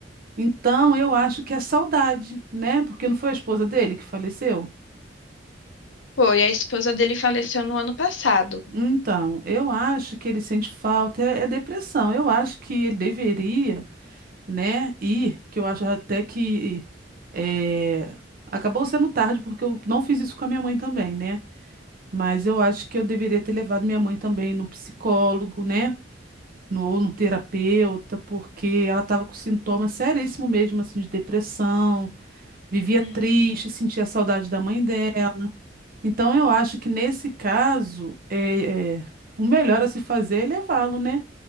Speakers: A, on the right; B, on the left.
A: Então, eu acho que é saudade, né? Porque não foi a esposa dele que faleceu?
B: Foi, a esposa dele faleceu no ano passado.
A: Então, eu acho que ele sente falta, é, é depressão. Eu acho que ele deveria, né, ir, que eu acho até que eh, acabou sendo tarde, porque eu não fiz isso com a minha mãe também, né? Mas eu acho que eu deveria ter levado minha mãe também no psicólogo, né? No, ou no terapeuta, porque ela estava com sintomas seríssimos mesmo, assim, de depressão, vivia
B: Hum.
A: triste, sentia saudade da mãe dela. Então, eu acho que nesse caso, é, é, o melhor a se fazer é levá-lo, né?